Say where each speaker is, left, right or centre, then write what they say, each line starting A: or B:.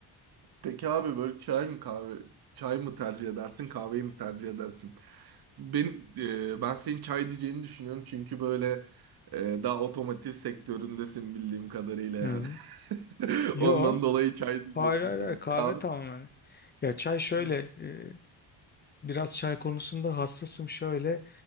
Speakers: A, on the right; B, on the left.
A: Peki abi böyle çay mı kahve çay mı tercih edersin kahveyi mi tercih edersin? Ben e, ben senin çay diyeceğini düşünüyorum çünkü böyle e, daha otomotiv sektöründesin bildiğim kadarıyla
B: Hı.
A: yani. <laughs>
B: Yo.
A: Ondan dolayı çay diyeceğim.
B: Hayır hayır
A: Yani
B: hayır. kahve
A: kahve.
B: tamamen. Ya çay şöyle
A: Hı.
B: e, biraz çay konusunda hassasım şöyle